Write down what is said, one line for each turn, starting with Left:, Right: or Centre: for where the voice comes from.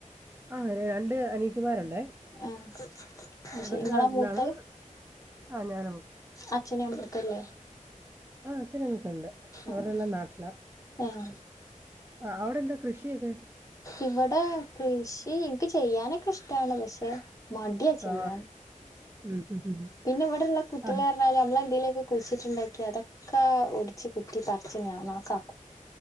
Right: ആ രണ്ട് അനിയത്തിമാരുണ്ടേ
Left: ആഹ് അയ്ശരി
Right: അവര്
Left: ഇങ്ങളാ
Right: നാട്ടിലാണ്
Left: മൂത്തത്
Right: ആ ഞാന
Left: അച്ഛനും അമ്മയൊക്കെല്ലേ
Right: <inaudible> ആ ത്തിരങ്ങൊക്കെണ്ട് അവരെല്ലാം
Left: ആഹ്
Right: നാട്ടില
Left: ആഹ്
Right: ആ അവ്ടെന്താ കൃഷിയൊക്കെ?
Left: ഇവിടെ കൃഷി ന്ക്ക് ചെയ്യാനൊക്കെഷ്ടാണ് പക്ഷെ മട്യാ
Right: സോ
Left: ചെയ്യാൻ
Right: ഉം ഉം ഉം
Left: പിന്നെ ഇവടെള്ള കുട്ട്യാളറ്ഞ്ഞാല്
Right: ആഹ്
Left: നമ്മളെന്തേലൊ കുഴ്ച്ചിട്ട്ണ്ടാക്ക്യാ അതൊക്കാ ഒടിച്ച് കുത്തി പറ്ച്ച് ഞ നാക്കാം